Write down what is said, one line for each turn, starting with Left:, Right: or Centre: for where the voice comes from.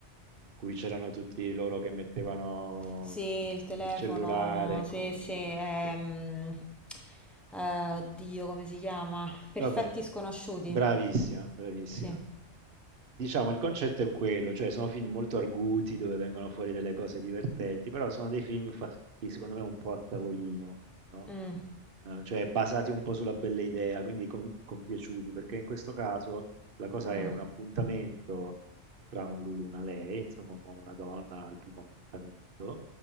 Right: in cui c'erano tutti loro che mettevano
Centre: Sì, il telefono,
Right: il cellulare in
Centre: sì,
Right: comune.
Centre: sì, ehm,
Right: cioè.
Centre: eh, oddio, come si chiama? Perfetti
Right: Vabbè,
Centre: sconosciuti,
Right: bravissima, bravissima.
Centre: sì.
Right: Diciamo, il concetto è quello, cioè sono film molto arguti dove vengono fuori delle cose divertenti, però sono dei film fatti secondo me un po' a tavolino, no?
Centre: Mm,
Right: eh, cioè basati un po' sulla bella idea, quindi com- compiaciuti, perché in questo caso la cosa
Centre: mm,
Right: è un appuntamento fra un lui e una lei, insomma un uomo e una donna al primo appuntamento,